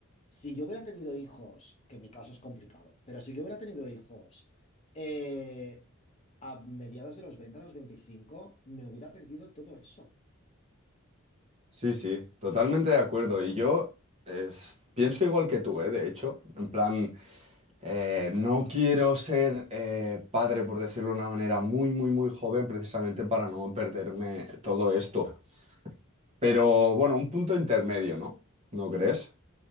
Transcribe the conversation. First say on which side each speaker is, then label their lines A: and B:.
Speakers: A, on the left; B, on the right.
A: Si yo hubiera tenido hijos, que en mi caso es complicado, pero si yo hubiera tenido hijos eh, a mediados de los 20 a los 25 me hubiera perdido todo eso.
B: Sí, sí, totalmente de acuerdo. Y yo es- pienso igual que tú, ¿eh? De hecho, en plan, eh, no quiero ser eh, padre, por decirlo de una manera, muy, muy, muy joven, precisamente para no perderme todo esto. Pero bueno, un punto intermedio, ¿no? ¿No crees?